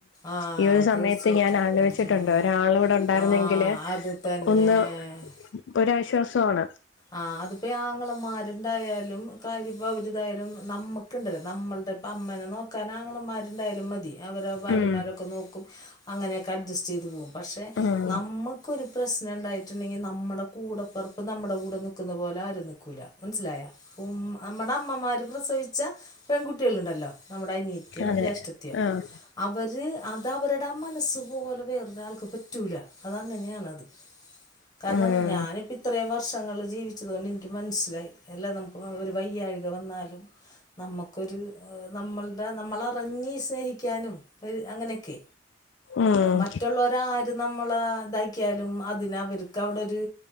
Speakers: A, on the left; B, on the left.
A: ആഹ്
B: ഈ ഒരു സമയത്ത്
A: തീർച്ചയായിട്ടും
B: ഞാനാലോയിച്ചിട്ടുണ്ട്
A: ഉം ഉം ഉം
B: ഒരാളിവിടെ ഒണ്ടായിരുന്നെങ്കില്
A: ആഹ് അത് തന്നെ
B: ഒന്ന് ഒരാഴ് ശ്വാസവാണ്
A: ആഹ് അതിപ്പേ ആങ്ങളമാര്ണ്ടായാലും കാര്യിപ്പോ അവരിതായാലും നമ്മുക്ക്ണ്ടല്ലോ നമ്മൾ ഇതിപ്പമ്മേനെ നോക്കാനാങ്ങളമാര്ണ്ടായാലും മതി അവരെ ഭാര്യമാരൊക്കെ
B: ഉം
A: നോക്കും അങ്ങനെയൊക്കെ അഡ്ജസ് ചെയ്തുവോ പക്ഷേ
B: ഉം
A: നമ്മക്കൊരു പ്രശ്നണ്ടായിട്ടുണ്ടെങ്കി നമ്മടെ കൂടപ്പറപ്പ് നമ്മടെ മ്മട കൂടെ നിക്കുന്ന പോലാരും നിക്കൂല മനസ്സിലായ ഉം നമ്മടമ്മമാര് പ്രസവിച്ച പെൺകുട്ടികള്ണ്ടല്ലോ നമ്മടനിയത്തിയോ
B: അതെ
A: ജ്യേഷ്ഠത്തിയോ
B: ആഹ്
A: അവര് അതവരുടെ ആ മനസ് പോലെ വേറൊരാൾക്കും പറ്റ് റ്റൂല അതങ്ങനെയാണത് കാരണം
B: ഉം
A: ഞാനിപ്പിത്രേം വർഷ് ഷങ്ങള് ജീവിച്ചത് കൊണ്ടെനിക്ക് മൻസ്സിലായി അല്ലാ നമുക്ക് ഒരു വയ്യാഴ്ക വന്നാലും നമ്മുക്കൊരു നമ്മൾ നമ്മളെ അറിഞ്ഞ് സ്നേഹിക്കാനും ഒരു അങ്ങനെയൊക്കെ
B: ഉം
A: മറ്റുള്ളവരൊക്കെ നമ്മൾ ഒരു ആക്കിയാലും അതിന് അവർക്ക് അവിടെ ഒരു